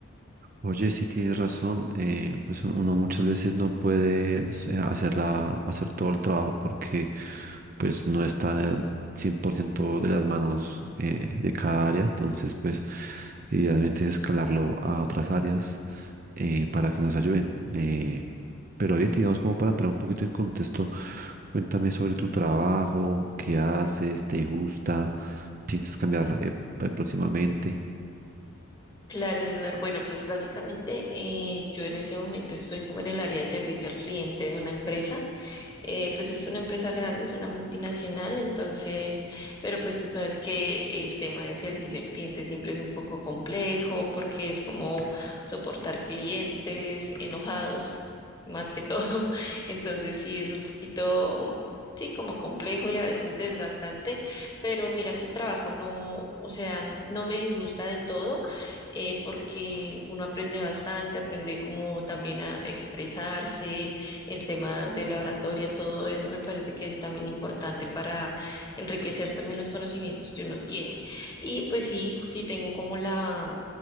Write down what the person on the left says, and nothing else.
Claro, Eduardo. Bueno, pues básicamente eh, yo en este momento estoy como en el área de servicio al cliente de una empresa. eh, pues es una empresa grande, es una multinacional, entonces, pero pues tú sabes que el tema de servicio al cliente siempre es un poco complejo porque es como soportar clientes enojados más que todo. <laughs> Entonces sí es un poquito, sí, como complejo y a veces desgastante, pero mira que el trabajo no, o sea, n- no me disgusta del todo, eh, porque uno aprende bastante, aprende como también a expresarse, el tema de la oratoria, todo eso me parece que es también importante para enriquecer también los conocimientos que uno tiene. Y pues sí, sí tengo como la,